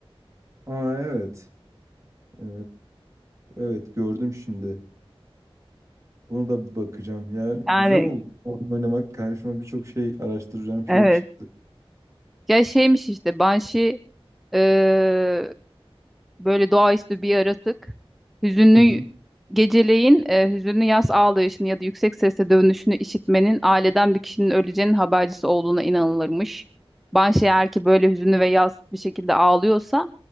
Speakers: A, on the right; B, in the centre.
A: Aa evet. Ee, evet gördüm şimdi. Buna da bir bakacağım. Yani güzel
B: Yani
A: oldu. Oyun oynamak karşıma birçok şey araştıracağım
B: evet.
A: şey çıktı.
B: Ya şeymiş işte Banshee eee, böyle doğaüstü bir yaratık. Hüzünlü
A: Hı hı.
B: geceleyin eee, hüzünlü yaz ağlayışını ya da yüksek sesle dövünüşünü işitmenin aileden bir kişinin öleceğinin habercisi olduğuna inanılırmış. Banshee eğer ki böyle hüzünlü ve yaz bir şekilde ağlıyorsa